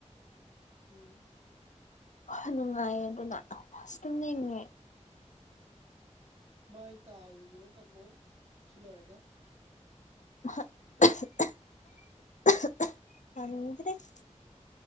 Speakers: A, on the right; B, on the left.
A: ꯎꯝ
B: ꯍ ꯅꯨꯡꯉꯥꯏꯌꯦ ꯑꯗꯨꯅ ꯑꯁ ꯇꯨꯝꯅꯤꯡꯉꯦ
A: ꯃꯥꯏ ꯇꯥꯔꯨꯔꯣ ꯇꯥꯃꯣ ꯁꯤ ꯂ‌ꯣꯏꯔꯒꯥ
B: <unintelligible>